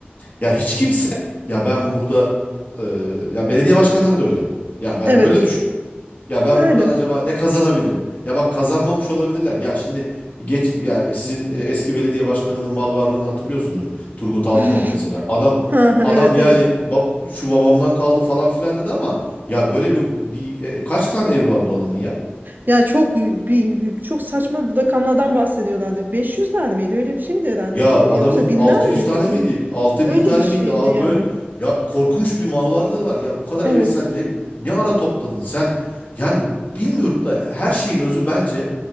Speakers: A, on the left; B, on the right.
A: Ya hiç kimse ya ben burada e, ya belediye başkanları da öyle. Ya ben
B: Evet.
A: öyle düşün. Ya ben
B: Öyle.
A: buradan acaba ne kazanabilirim? Ya bak kazanmamış olabilirler. Ya şimdi geç yani sizin e, eski belediye başkanının mal varlığını hatırlıyorsundur. Turgut Altınok
B: <laughs>
A: mesela. Adam
B: Ha ha,
A: adam
B: evet
A: yani
B: evet.
A: ba- şu babamdan kaldı falan filan dedi ama ya böyle bir, bir e, kaç tane ev vardı o adamın ya?
B: Ya çok bir çok saçma bir rakamlardan bahsediyorlardı. 500'ler miydi? Öyle bir şeydi herhalde
A: Ya
B: değil mi?
A: adamın
B: Yoksa binler
A: 600
B: miydi?
A: tane
B: Bin
A: miydi? altı
B: öyle
A: bin tane
B: bir şeydi
A: miydi? Al
B: yani.
A: böyle ya korkunç bir mal varlığı var. Ya bu kadar
B: Evet.
A: evi sen ne ne ara topladın sen? Yani bilmiyorum da her şeyin özü bence